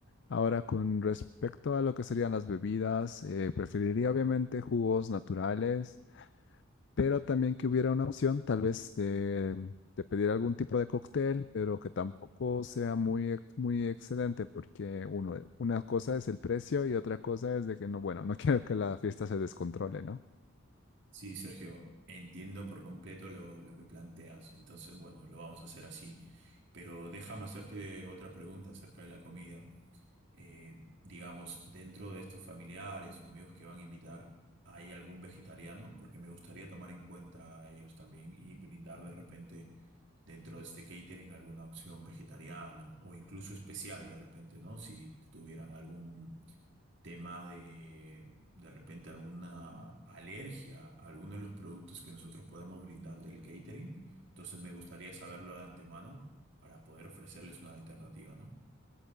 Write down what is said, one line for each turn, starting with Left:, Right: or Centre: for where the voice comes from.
Left: Ahora, con respecto a lo que serían las bebidas, eh, preferiría obviamente jugos naturales pero también que hubiera una opción tal vez de, de pedir algún tipo de cóctel, pero que tampoco sea muy, ex- muy excedente, porque uno, una cosa es el precio y otra cosa es de que no, bueno, no <laughs> quiero que la fiesta se descontrole, ¿no?
Right: Sí, Sergio, entiendo por completo lo, lo que planteas. Entonces, bueno, lo vamos a hacer así. Pero déjame hacerte otra pregunta acerca de la comida. Eh, digamos, dentro de estos familiares o amigos que van a invitar, ¿hay algún vegetariano? Porque me gustaría tomar en cuenta a ellos también y brindar de repente dentro de este catering alguna opción vegetariana o incluso especial de repente, ¿no? Si tuvieran algún tema de de repente alguna alergia a alguno de los productos que nosotros podamos brindar del catering. Entonces me gustaría saberlo de antemano para poder ofrecerles una alternativa, ¿no?